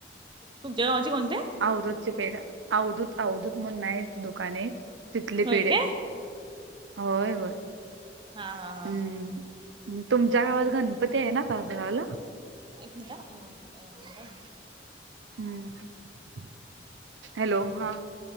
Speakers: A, on the right (about 25°); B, on the right (about 80°).
A: तुमच्या गावाचे कोणते?
B: अवधूत चे पेढे अवधूत अवधूत म्हणून एक दुकान आहे तिथले
A: होय
B: पेढे
A: काय
B: होय होय.
A: हा हा
B: हम्म
A: हा
B: तुमच्या गावात गणपती आहे ना ताजं गावला
A: एकक मिटा अ ह.
B: हम्म हॅलो हा.